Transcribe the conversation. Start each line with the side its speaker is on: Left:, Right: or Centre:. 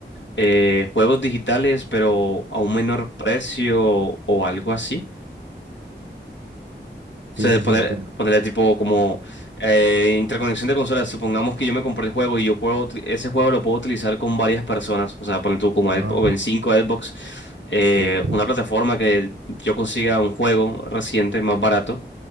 Left: eh, juegos digitales, pero a un menor precio o algo así.
Right: Sí,
Left: O sea,
Right: sí,
Left: poner,
Right: sí, entiendo.
Left: ponerle tipo como eh, interconexión de consolas. Supongamos que yo me compré el juego y yo puedo, utli- ese juego lo puedo utilizar con varias personas. O sea, poner tú como Xbox,
Right: Ajá.
Left: en cinco Xbox, eh,
Right: Sí,
Left: una plataforma que yo consiga un juego reciente más barato,